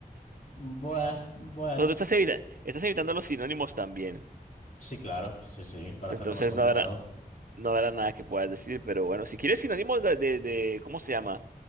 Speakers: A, on the left (about 55°); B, on the right (about 65°).
A: bueno.
B: O sea, tú estás evitando, estás evitando los sinónimos también.
A: Sí, claro, sí, sí, para
B: Entonces
A: hacerlo más complicado.
B: no habrá, no habrá nada que puedas decir. Pero bueno, si quieres sinónimos de, de, de- ¿cómo se llama?